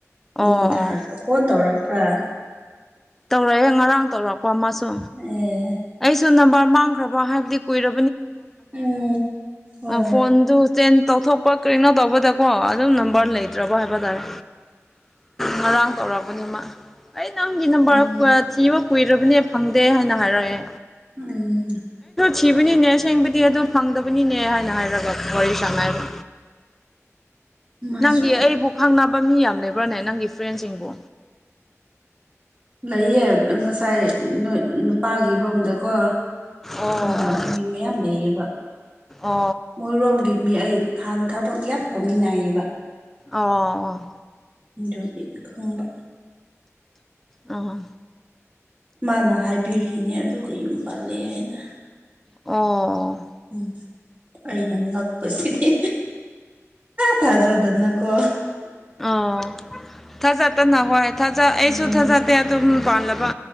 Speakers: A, in the centre; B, on the right (about 35°).
A: ꯑꯣ
B: ꯃꯑꯣꯣꯟ ꯊꯥꯔꯒ ꯐꯣꯟ ꯇꯧꯔꯛꯄ꯭ꯔꯥ
A: ꯇꯧꯔꯛꯑꯦ ꯉꯔꯥꯡ ꯇꯧꯔꯛꯄ ꯑꯃꯁꯨ
B: ꯑꯦ
A: ꯑꯩꯁꯨ ꯅꯝꯕꯔ ꯃ ꯍꯥꯏ ꯀꯨ ꯅ
B: ꯎꯝ ꯍꯣꯏ
A: ꯐ ꯇꯧꯊꯣꯛꯄ ꯀꯩꯅꯣ ꯇꯧꯕꯗꯀꯣ ꯑꯗꯨꯝ
B: ꯎꯝ
A: ꯅꯝꯕꯔ ꯂꯩꯇ꯭ꯔꯕ ꯍꯥꯏꯕ ꯇꯥꯔꯦ ꯉꯔꯥꯡ ꯇꯧꯔꯛꯄꯅꯤꯃ ꯑꯩ ꯅꯪꯒꯤ ꯅꯔ
B: ꯎꯝ
A: ꯊꯤꯕ ꯀꯨꯏꯔꯕꯅꯦ ꯐꯪꯗꯦ ꯍꯥꯏꯅ ꯍꯥꯏꯔꯛꯑꯦ
B: ꯎꯝ
A: ꯁꯤꯕꯅꯤꯅꯦ ꯑꯁꯦꯡꯕꯗꯤ ꯑꯗꯨ ꯐꯪꯗꯕꯅꯤꯅꯦ ꯍꯥꯏꯅ ꯍꯥꯏꯔꯒ ꯋꯥꯔꯤ ꯁꯥꯡ ꯍꯥꯏꯕ
B: <unintelligible> ꯃꯥꯁꯨ
A: ꯅꯪꯒꯤ ꯑꯩꯕꯨ ꯈꯪꯅꯕ ꯃꯤ ꯌꯥꯝ ꯂꯩꯕ꯭ꯔꯥꯅꯦ ꯅꯪꯒꯤ ꯐ꯭ꯔꯦꯟꯁꯤꯡꯕꯨ
B: ꯑꯩꯌꯦ ꯉꯁꯥꯏ ꯅꯨꯄꯥꯒꯤ ꯔꯣꯝꯗꯀꯣ
A: ꯑꯣ
B: ꯈꯪꯕ ꯃꯤ ꯃꯌꯥꯝ ꯂꯩꯌꯦꯕ
A: ꯑꯣ
B: ꯃꯣꯏꯔꯣꯝꯒꯤ ꯃꯤ ꯑꯩ ꯍꯥꯟꯅ ꯊꯕꯛ ꯌꯥꯝ ꯇꯧꯃꯤꯟꯅꯏꯌꯦꯕ
A: ꯑꯣ ꯑꯣ
B: ꯌꯒꯤ ꯈꯧꯔ
A: ꯑ
B: ꯃꯥꯅ ꯍꯥꯏꯕꯤꯔꯤꯅꯦ ꯑꯗꯨꯒ ꯌꯨꯝ ꯄꯥꯜꯂꯦ ꯍꯥꯏꯅ
A: ꯑꯣ
B: ꯎꯝ ꯑꯩꯅ ꯉꯛꯄꯁꯤꯗꯤ ꯊꯥꯖꯗꯅꯀꯣ
A: ꯑꯣ ꯊꯥꯖꯠꯇꯅ ꯍꯣꯏ ꯊꯥꯖꯠ ꯑꯩꯁꯨ
B: ꯎꯝ
A: ꯊꯥꯖꯠꯇꯦ ꯑꯗꯨꯝ ꯄꯥꯜꯂꯕ